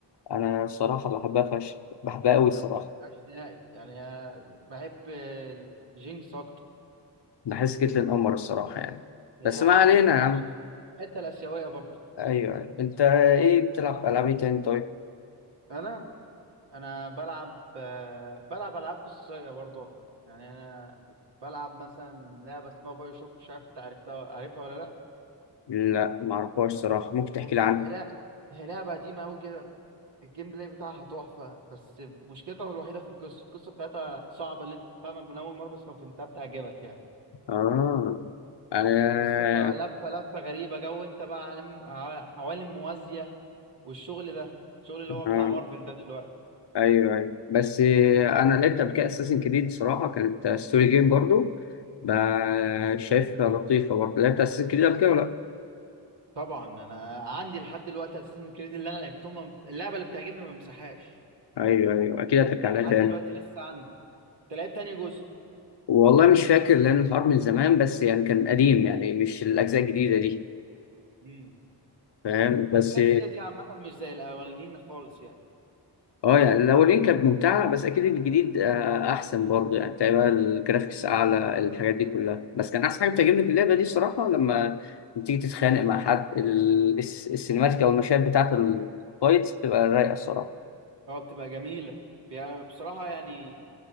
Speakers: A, on the left; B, on the right.
A: انا الصراحه بحبها فشخ بحبها قوي الصراحه
B: انا ما بحبهاش نهائي يعني أنا بحب جينكس اكتر
A: بحس كيتلين قمر الصراحه يعني
B: هي
A: بس
B: قمر
A: ما علينا
B: هي عشان
A: يا عم
B: الحتة الآسيوية برضو
A: ايوه ايوه انت ايه بتلعب في العاب ايه تاني طيب؟
B: انا انا بلعب آه، بلعب العاب قصصيه برضو اكتر يعني انا بلعب مثلا لعبه اسمها باي شوك مش عارف انت عرفتها عارفها ولا لا
A: لا معرفهاش صراحة ممكن تحكي
B: هي
A: لي عنها
B: هي لا هي لعبه قديمه قوي كده الجيم بلاي بتاعها تحفه بس مشكلتها الوحيده في القصه القصه بتاعتها صعبه اللي انت تفهمها من اول مره بس لو فهمتها بتعجبك يعني
A: اه انا
B: قصتها لفه لفه غريبه جو انت بقى عالم عوالم موازيه والشغل ده الشغل اللي هو بتاع
A: آه.
B: مارفل ده دلوقتي
A: ايوه ايوه بس انا لعبت قبل كده اساسن كريد صراحة كانت ستوري جيم برضو ب- شايفها لطيفة برضو لعبت اساسن كريد قبل كده ولا لا؟
B: طبعا انا عندي لحد دلوقتي اساسن كريد اللي انا لعبتهم ما- اللعبه اللي بتعجبني ما مسحهاش
A: ايوه ايوه اكيد هترجع
B: لحد
A: لها تاني
B: دلوقتي لسه عندي انت لعبت تاني جزء
A: والله مش فاكر لان الحوار من زمان بس يعني كان قديم يعني مش الاجزاء الجديدة دي
B: امم
A: فاهم بس
B: الاجزاء الجديده دي عامه مش زي الاولانيين خالص يعني
A: اه يعني الاولين كانت ممتعه بس اكيد الجديد آه، احسن برضه يعني تقريبا الجرافيكس اعلى الحاجات دي كلها بس كان احسن حاجه بتعجبني في اللعبه دي الصراحه لما بتيجي تتخانق مع حد ال- الس- السينماتيك او المشاهد بتاعه الفايتس بتبقى رايقه الصراحه
B: اه بتبقى جميله بي- بصراحه يعني